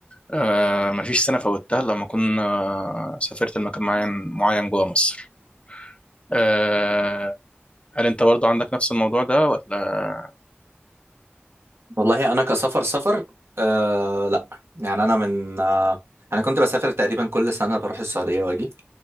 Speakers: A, on the left; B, on the right.
A: آه، مفيش سنة فوتها لما كنا سافرت لمكان معين معين جوه مصر آه، هل أنت برضه عندك نفس الموضوع ده ولا
B: والله انا كسفر سفر آه لا يعني انا من آه انا كنت بسافر تقريبا كل سنة بروح السعودية واجي